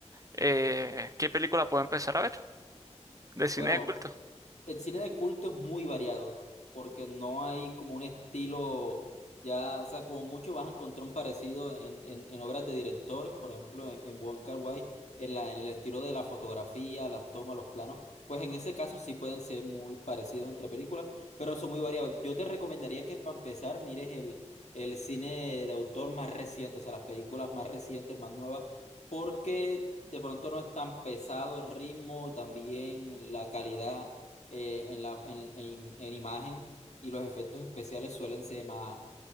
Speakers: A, on the right; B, on the left.
A: Eh, ¿qué película puedo empezar a ver? De cine
B: bueno,
A: de culto.
B: El cine de culto es muy variado, porque no hay como un estilo, ya, o sea, como mucho vas a encontrar un parecido en, en, en obras de directores, por ejemplo, en, en Wong Kar-wai, en la, en el estilo de la fotografía, las tomas, los planos, pues en ese caso sí pueden ser muy parecidos entre películas, pero son muy variados. Yo te recomendaría que para empezar mires el, el cine de autor más reciente, o sea, las películas más recientes, más nuevas, porque de pronto no es tan pesado el ritmo, también la calidad eh, en la, en, en- en imagen y los efectos especiales suelen ser más,